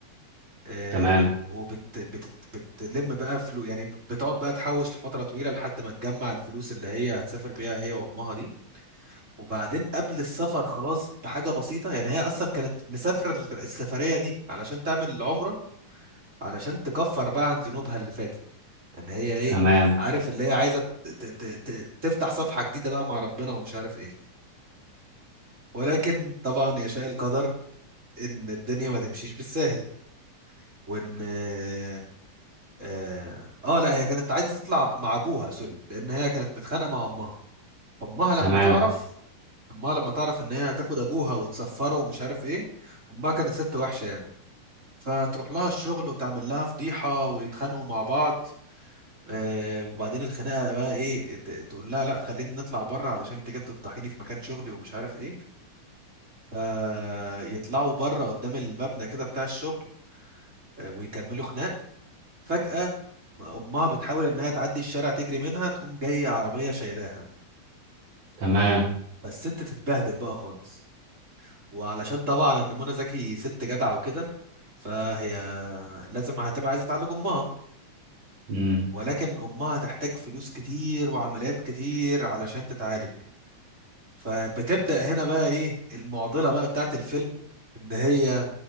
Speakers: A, on the right; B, on the right.
A: آه
B: تمام
A: وبت بت بتلم بقى فلوس يعني بتقعد بقى تحوش لفترة طويلة لحد ما تجمع الفلوس اللي هي هتسافر بيها هي وأمها دي وبعدين قبل السفر خلاص بحاجة بسيطة يعني هي أصلا كانت مسافرة السفرية دي علشان تعمل العمرة علشان تكفر بقى عن ذنوبها اللي فاتت يعني هي ايه
B: تمام
A: عارف اللي هي عايزه ت- ت- ت- ت- تفتح صفحه جديده بقى مع ربنا ومش عارف ايه ولكن طبعا يشاء القدر ان الدنيا ما تمشيش بالساهل وان اه, آه آه، لا هي كانت عايزه تطلع مع ابوها سوري لان هي كانت متخانقه مع امها امها لما
B: تمام
A: تعرف امها لما تعرف ان هي هتاخد ابوها وتسفره ومش عارف ايه امها كانت ست وحشه يعني فتروح لها الشغل وتعمل لها فضيحه ويتخانقوا مع بعض آه وبعدين الخناقه بقى ايه ت- تقول لها لا خلينا نطلع بره علشان انت كده بتفضحيني في مكان شغلي ومش عارف ايه فيطلعوا بره قدام المبنى كده بتاع الشغل آه ويكملوا خناق فجاه امها بتحاول انها تعدي الشارع تجري منها تقوم جايه عربيه شايلاها
B: تمام
A: فالست تتبهدل بقى خالص وعلشان طبعا ان منى زكي ست جدعه وكده فهي لازم هتبقى عايزه تعالج امها
B: مم.
A: ولكن امها هتحتاج فلوس كتير وعمليات كتير علشان تتعالج فبتبدأ هنا بقى ايه المعضلة بقى بتاعت الفيلم ان هي